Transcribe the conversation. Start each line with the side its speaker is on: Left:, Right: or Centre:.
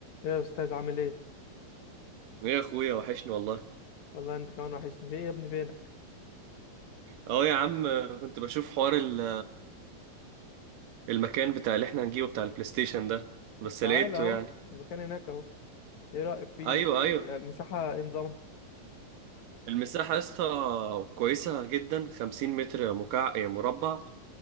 Left: ايه يا استاذ عامل ايه
Right: يا اخويا وحشني والله
Left: والله انت كمان وحشني ايه يا ابني فينك
Right: اه يا عم كنت بشوف حوار ال- المكان بتاع اللي احنا هنجيبه بتاع البلاي ستيشن ده بس
Left: طب تعالى
Right: لقيته
Left: اهو
Right: يعني
Left: المكان هناك اهو ايه رايك فيه
Right: ايوه
Left: ال-
Right: ايوه
Left: المساحه ايه نظامها
Right: المساحه يا اسطى كويسه جدا 50 متر مكع يعني مربع